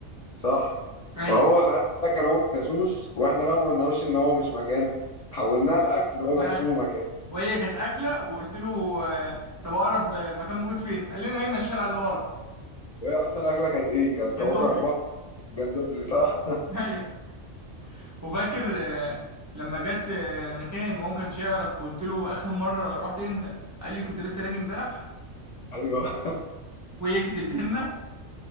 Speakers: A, on the left; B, on the right.
A: صح
B: ايوه
A: فهو صحيح ده كان هو الجاسوس واحنا بقى ما قلناهوش ان هو مش مكان حولناها الاكل وهو بيحسبه
B: الاكل
A: مكان
B: وهي كانت اكله وقلت له آه، طب اقرب مكان موجود فين قال لنا هنا الشارع اللي ورا
A: وهي اصلا الاكله كانت ايه كانت كواكب
B: جندوفلي
A: جندوفلي صح
B: <laughs> وفاكر آه، لما جت آه، مكان وهو ما كانش يعرف وقلت له اخر مره رحت امتى قال لي كنت لسه هناك امبارح
A: <laughs> ايوه
B: وهي كانت الجنه <laughs>